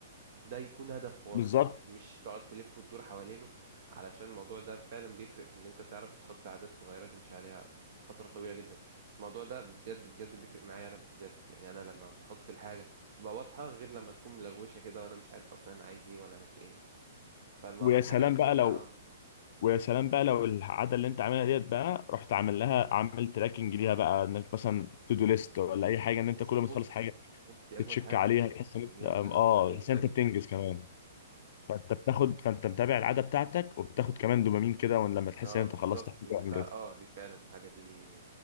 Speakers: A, on the right (about 55°); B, on the left (about 55°).
A: ده يكون هدف واضح
B: بالظبط
A: مش مش تقعد تلف وتدور حوالينه علشان الموضوع ده فعلا بيفرق في ان انت تعرف تحط عادات صغيرة تمشي عليها فترة طويلة جدا الموضوع ده بجد بجد بيفرق معايا انا بالذات يعني انا لما بحط الحاجة تبقى واضحة غير لما تكون ملغوشة كده وانا مش عارف اصلا انا عايز ايه ولا انا فين فالحاجات
B: ويا سلام
A: دي
B: بقى
A: كلها
B: لو
A: اه
B: ويا سلام بقى لو العاده اللي انت عاملها ديت بقى رحت عامل لها عامل تراكنج ليها بقى انك مثلا تو دو ليست ولا اي حاجه ان
A: اوف
B: انت كل ما
A: اوف
B: تخلص حاجه
A: اوف دي
B: تتشك
A: اجمد حاجة
B: عليها تحس ان
A: دي
B: انت
A: جامدة جامدة
B: اه
A: قوي
B: تحس
A: قوي
B: ان انت بتنجز كمان فانت بتاخد فانت متابع العاده بتاعتك وبتاخد كمان دوبامين كده وان لما تحس
A: اه
B: ان انت
A: بالظبط
B: خلصت حاجه
A: ان
B: وانجزت
A: انت اه دي فعلا الحاجة دي